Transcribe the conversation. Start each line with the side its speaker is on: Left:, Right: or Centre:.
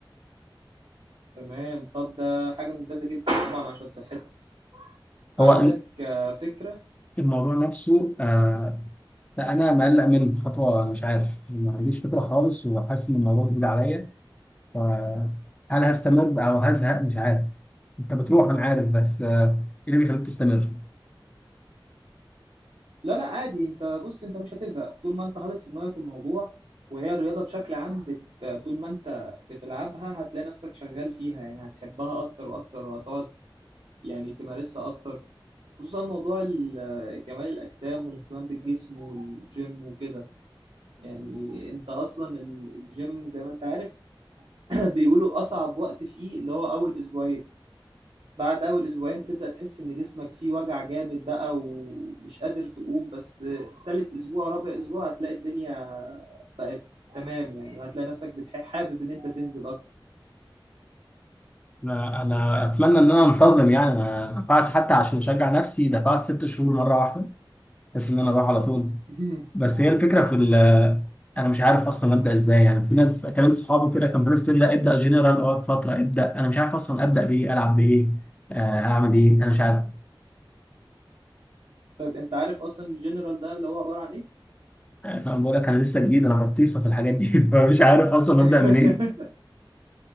Right: تمام طب ده حاجه ممتازه جدا طبعا عشان صحتك
Left: هو
Right: عندك آه، فكره
Left: الموضوع نفسه آه لا انا مقلق من خطوه أنا مش عارف ما عنديش فكره خالص وحاسس ان الموضوع جديد عليا ف- هل هستمر او هزهق مش عارف انت بتروح انا عارف بس آه، ايه اللي بيخليك تستمر
Right: لا لا عادي انت بص انت مش هتزهق طول ما انت حاطط في دماغك الموضوع وهي الرياضه بشكل عام بت... طول ما انت بتلعبها هتلاقي نفسك شغال فيها يعني هتحبها اكتر واكتر وهتقعد يعني تمارسها اكتر خصوصا موضوع ال- كمال الاجسام والاهتمام بالجسم والجيم وكده يعني انت اصلا ال- الجيم زي ما انت عارف <clears throat> بيقولوا اصعب وقت فيه اللي هو اول اسبوعين بعد اول اسبوعين بتبدأ تحس ان جسمك فيه وجع جامد بقى ومش قادر تقوم بس تالت اسبوع رابع اسبوع هتلاقي الدنيا بقت تمام يعني وهتلاقي نفسك بتح- حابب ان انت تنزل اكتر
Left: انا أنا اتمنى ان انا انتظم يعني انا دفعت حتى عشان اشجع نفسي دفعت ست شهور مره واحده بس ان انا اروح على طول
Right: <laughs>
Left: بس هي الفكره في ال انا مش عارف اصلا ابدا ازاي يعني في ناس كلمت صحابي كده كان بيقولوا لي لا ابدا جنرال اقعد فتره ابدا انا مش عارف اصلا ابدا بايه العب بايه آه، اعمل ايه انا مش عارف
Right: طيب انت عارف اصلا الجنرال ده اللي هو عبارة عن ايه
Left: انا بقول لك انا لسه جديد انا بطيخه في الحاجات دي <laughs> فمش عارف اصلا
Right: <laughs>
Left: ابدا منين